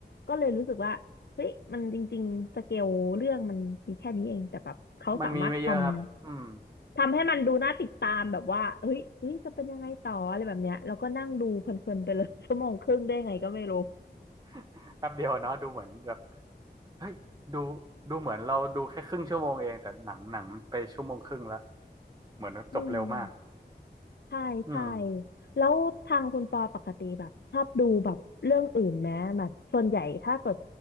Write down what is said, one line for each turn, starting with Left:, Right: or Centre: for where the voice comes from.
Left: ก็เลยรู้สึกว่าเฮ้ยมันจริงๆสเกลเรื่องมันมีแค่นี้เองแต่แบบเขาสามารถท
Right: มันมีไม่เยอะครับอืม
Left: ำทำให้มันดูน่าติดตามแบบว่าเฮ้ยเอ้ยจะเป็นยังไงต่ออะไรแบบเนี้ยแล้วก็นั่งดูเพลินๆไปเลย <laughs> ชั่วโมงครึ่งได้ไงก็ไม่รู้
Right: <laughs> แป๊บเดียวเนาะดูเหมือนแบบเฮ้ยดูดูเหมือนเราดูแค่ครึ่งชั่วโมงเอง แต่หนังหนังไปชั่วโมงครึ่งละเหมือนจบเร็วมาก
Left: อืม ใช่ใช่
Right: อืม
Left: แล้วทางคุณปอปกติแบบชอบดูแบบเรื่องอื่นไหมแบบส่วนใหญ่ถ้าเกิด